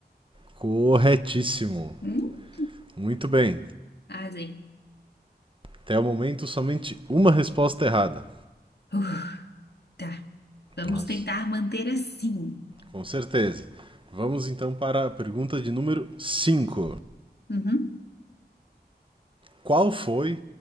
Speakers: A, on the right; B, on the left.
A: Corretíssimo.
B: Hum.
A: Muito bem.
B: Arrasei.
A: Até o momento, somente uma resposta errada.
B: Uf, tá. Vamos
A: Mas,
B: tentar manter assim.
A: com certeza. Vamos então para a pergunta de número 5.
B: Uhum.
A: Qual foi